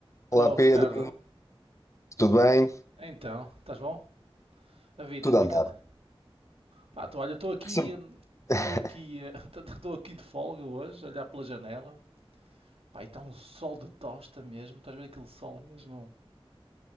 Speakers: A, on the right; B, on the left.
A: Estou,
B: Olá Pedro,
A: Ricardo.
B: tudo bem?
A: Então, estás bom? A vida,
B: Tudo
A: como
B: a andar.
A: é que anda? Pá, tô, olha, estou aqui,
B: Sim, <laughs>
A: estou aqui, estou <laughs> aqui de folga hoje, a olhar pela janela. Pá, e está um sol de tosta mesmo, estás a ver aquele sol mesmo?